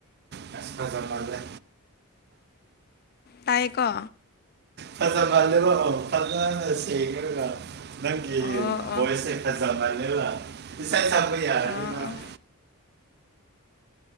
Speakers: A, on the right; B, on the left.
A: ꯇꯥꯏ ꯑꯁ ꯐꯖꯃꯜꯂꯦ꯫
B: ꯇꯥꯌꯦꯀꯣ꯫
A: ꯐꯖꯃꯜꯂꯦꯕ ꯐꯖꯅ ꯁꯦꯡꯑꯒ ꯅꯪꯒꯤ
B: ꯑꯣ ꯑꯣ
A: ꯚꯣꯏꯁꯁꯦ ꯐꯖꯃꯜꯂꯦꯕ꯫ <inaudible> <unintelligible> ꯄ ꯌꯥꯔꯅꯤ
B: ꯑꯥ
A: ꯅꯪ--꫰
B: ꯑꯥ